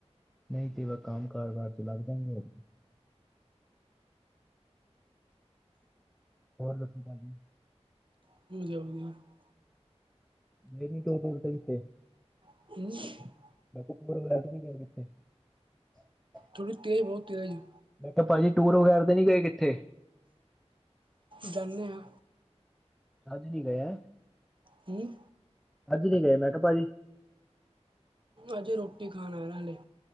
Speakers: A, in the centre; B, on the right (about 45°).
A: ਨਹੀਂ ਤੇ ਵ ਕੰਮ ਕਾਰਬਾਰ ਚ ਲੱਗ ਜਾਏਗੇ। ਹੋਰ ਦਸੋ ਭਾਅ ਜੀ,
B: <unintelligible>
A: ਨਹੀਂ <unintelligible>
B: <unintelligible>
A: ਮੈਂ ਕਿਹਾ <unintelligible>
B: ਥੋੜੀ ਤੇਜ਼ ਬਹੁਤ ਤੇਜ਼ ਹੈ।
A: ਮੈਂ ਕਿਹਾਾ ਭਾਜੀ ਟੂਰ ਵਗੈਰਾ ਨੀ ਗਏ ਕਿੱਥੇ।
B: ਜਾਂਦੇ ਹਾਂ,
A: ਅੱਜ ਵੀ ਗਯਾ ਐ।
B: ਕੀੂੰ
A: ਅੱਜ ਨਹੀਂ ਗਏ, ਮੈਂ ਕਿਹਾ ਭਾਜੀ।
B: ਅੱਜੇ ਰੋਟੀ ਖਾਣਾ ਆਯਾ, ਹਾਲੇ।